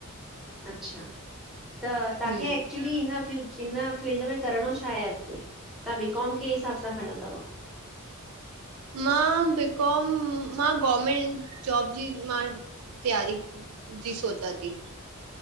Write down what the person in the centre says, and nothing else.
अच्छा त तव्हांखे
एक्चुली हिन फ्यू हिन फीिल्ड में करिणो छा आहे अॻिते? तव्हां बी काॅम कंही ही हिसाब सां खणयो तव? <inaudible>